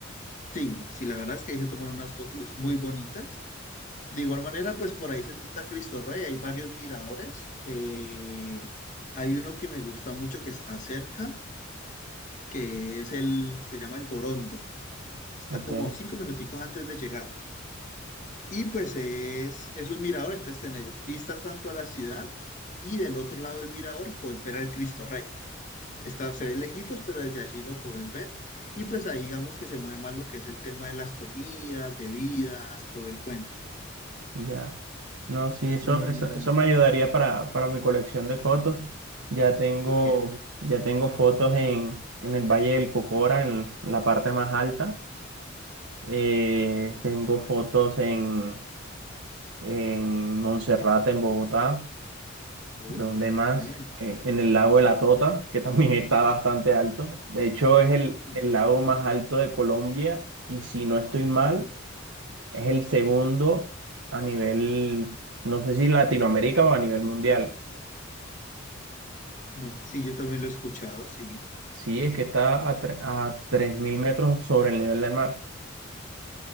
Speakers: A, on the left; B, on the right.
A: sí, sí, la verdad es que ahí se tomaron unas fotos muy bonitas. De igual manera, pues por ahí cerquita a Cristo Rey hay varios miradores. Eh, hay uno que me gusta mucho que está cerca, que es el, se llama el Borondo. Está
B: Ok,
A: como cinco minuticos antes de llegar. Y pues es, es un mirador, entonces tenés vista tanto a la ciudad y del otro lado del mirador, pues ver al Cristo Rey. Está, se ve lejitos, pero desde allí lo puedes ver. Y pues ahí digamos que se mueve más lo que es el tema de las comidas, bebidas, todo el cuento.
B: ya. No, sí, eso,
A: Mm,
B: eso, eso me ayudaría para, para mi colección de fotos. Ya tengo,
A: ok,
B: ya tengo fotos en, en el Valle del Cocora, en la parte más alta. Eh, tengo fotos en, en Monserrate, en Bogotá, donde
A: uf,
B: más,
A: qué bien.
B: Eh, en el lago de la Tota, que también <laughs> está bastante alto. De hecho, es el,
A: Ujú.
B: el lago más alto de Colombia y si no estoy mal, es el segundo a nivel, no sé si Latinoamérica o a nivel mundial.
A: No, que sí, yo también lo he escuchado, sí.
B: Sí, es que está a, tre- a 3.000 metros sobre el nivel del mar.